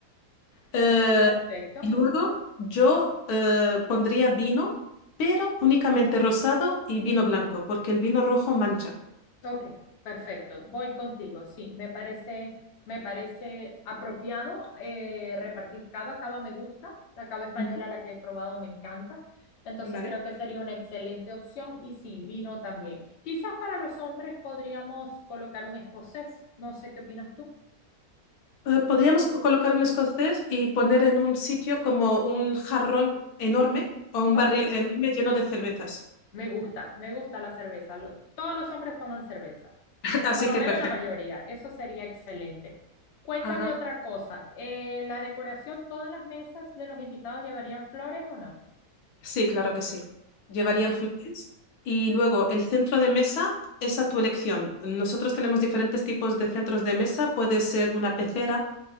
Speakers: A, on the left; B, on the left.
A: Eh,
B: Ok, perfecto.
A: y luego yo eh, pondría vino, pero únicamente rosado y vino blanco, porque el vino rojo mancha.
B: Ok, perfecto. Voy contigo. Sí, me parece, me parece apropiado eh, repartir cava. Cava me gusta. La cava española,
A: Ujú.
B: la que he probado, me encanta. Entonces
A: Vale.
B: creo que sería una excelente opción. Y sí, vino también. Quizás para los hombres podríamos colocar un escocés. No sé qué opinas tú.
A: Eh, podríamos co- colocar un escocés y poner en un sitio como un jarrón enorme o un
B: Ok,
A: barril enorme lleno de cervezas.
B: Me gusta, me gusta la cerveza. Lo- todos los hombres toman cerveza, o
A: Así
B: por lo
A: que
B: menos
A: perfecto.
B: la mayoría. Eso sería excelente. Cuéntame
A: Ajá.
B: otra cosa. eh, ¿la decoración, todas las mesas de los invitados llevarían flores o no?
A: Sí, claro que sí. Llevarían
B: No.
A: flores y luego el centro de mesa es a tu elección. Nosotros tenemos diferentes tipos de centros de mesa. Puede ser una pecera,